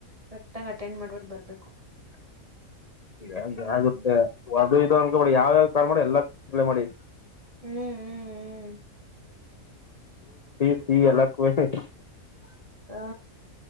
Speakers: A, on the right; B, on the left.
A: ಕರೆಕ್ಟ್ ಅಟೆಂಡ್ ಮಾಡ್ಬಟ್ಟು ಬರ್ಬೇಕು
B: ಹ <inaudible> ಹಂಗಾಗುತ್ತೆ
A: ಹ್ಮ್
B: ಈಗ ಅದ ಇದ ಅನ್ಕೋಬೇಡಿ ಯಾವ ಯಾವ ಕಾಲ್ ಮಾಡಿ ಎಲ್ಲ ಕಪ್ಲೈ ಮಾಡಿ
A: ಹ್ಮ್ ಹ್ಮ್ ಹ್ಮ್
B: ಈ ಸಿ ಅಲ್ಲಗ <inaudible>
A: ಹಾ